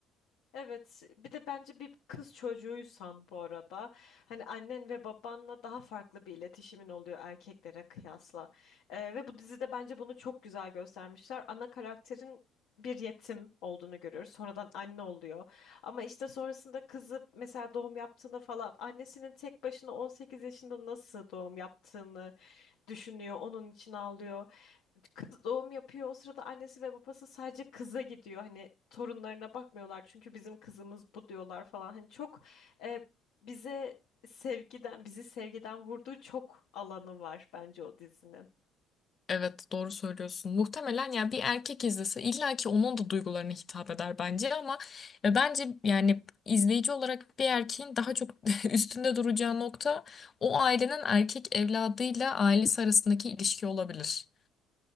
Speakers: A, on the left; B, on the left.
A: Evet, bir de bence bir kız çocuğuysan bu arada hani annen ve babanla daha farklı bir iletişimin oluyor erkeklere kıyasla. Ee, ve bu dizide bence bunu çok güzel göstermişler. Ana karakterin bir yetim olduğunu görüyoruz. Sonradan anne oluyor. Ama işte sonrasında kızı mesela doğum yaptığında falan annesinin tek başına 18 yaşında nasıl doğum yaptığını düşünüyor. Onun için ağlıyor kız doğum yapıyor. O sırada annesi ve babası sadece kıza gidiyor. Hani torunlarına bakmıyorlar çünkü bizim kızımız bu diyorlar falan. Hani çok e, bize sevgiden, bizi sevgiden vurduğu çok alanı var bence o dizinin.
B: Evet doğru söylüyorsun. Muhtemelen ya bir erkek izlese illa ki onun da duygularına hitap eder bence ama e, bence yani izleyici olarak bir erkeğin daha çok <laughs> üstünde duracağı nokta o ailenin erkek evladıyla ailesi arasındaki ilişki olabilir.